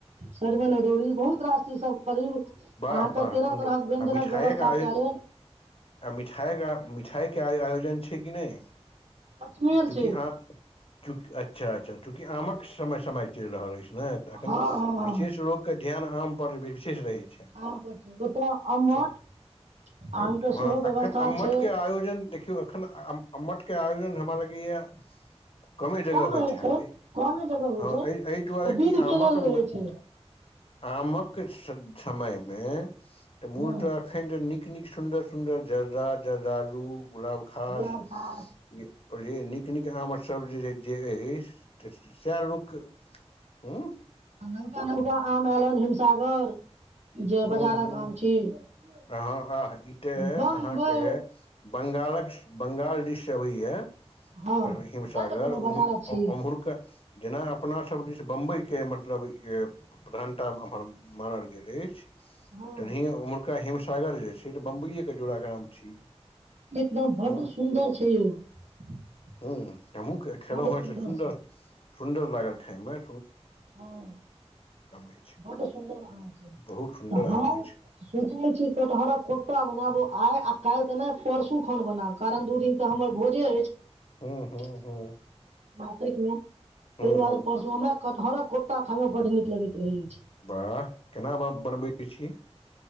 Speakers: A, on the right (about 80°); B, on the left (about 55°).
A: सजमनि अदौरी बहुत रास छै सब करीब अहाँके
B: वाह वाह
A: तेरह
B: तु
A: तरहक व्यंजनक
B: आ मिठाएगा
A: व्यवस्था कयल अछि
B: आ मिठाएगा छैइके आयोजन छै कि नहि।
A: अजमेर
B: ककि
A: छै
B: अह -च। अच्छा -अच्छा चूँकि आमक समय- समय चलि रहल अछि। नहिऽ
A: हँ
B: एन
A: हँ हँ
B: -विशेष रोगके। ध्यान आम पर विशेष रहै छै।
A: आम पर छै ओतऽ अम्मट
B: सु हँ
A: आम के सेहो व्यवस्था
B: -एखन अमठ
A: छै
B: के आयोजन देखियौ एखन- अमठ। आयोज न हमरा लगे। गए। <unintelligible> कमे जगह
A: कम
B: होइत
A: रहै
B: हत
A: छै कमे जगह होइ
B: हँ
A: छै
B: एहि- एहि दुआरे
A: ओ विध
B: कि आमक-
A: के लेल रहै छै
B: आमक। <unintelligible> कि समय मे। तऽ मूल
A: हँ
B: तऽ एखन त निक -निक। सुन्दर -सुन्दर जर्दा -जर्दालु। गुलाब घास।
A: गुलाब खास
B: <unintelligible> बै नीक -नीक आमके सब्ज जे अछि तऽ सएह लोकके हँ।
A: नलका -नलका आम एलन हिमसागर। जे
B: हूँ
A: बाजारक
B: हूँ
A: आम छी <unintelligible>
B: अहाँ आह ई तऽ अहाँके
A: बम्बई।
B: बंगालक -ब्ंगाल डिश अबैया।
A: हँ
B: कर हिमसागर
A: सैह ने कहलौं
B: -उमहरके।
A: बाजारक छी
B: जेना अपनासभ दिस बम्बइके मतलब प्रधानता एम्हर मानल गेल अछि। <unintelligible>
A: हँ
B: तनी उमर। ा हिमसागर जे छै तऽ बम्बइए के जोड़ काम छी।
A: एकदम बड्ड
B: हँ
A: सुन्दर छै। <unintelligible>
B: हूँ। <unintelligible> एमो खेलो
A: बड्ड
B: -ह त सुन्दर।
A: छै
B: सुंन्दर लागल खाायमे।
A: हँ
B: अछि
A: बड सुन्दर अ छै
B: बहुत सुन्दर
A: तऽ हम
B: आम अछि
A: सोचने छी कटहरक। कोफ्ता बनाब आइ आ काल्हि तऽ नहि परसू खन बनाब कारण दू दिन। तऽ हमर बोझे अछि।
B: हूँ हूँ
A: <unintelligible>
B: हूँ
A: मातकमे। <unintelligible>
B: हूँ
A: तै दुआरे
B: हूँ
A: परसु हमरा कत पारा कुता खाय मे बड नीक लगैत रही।
B: वाह -केना बाप बनबै छीिय।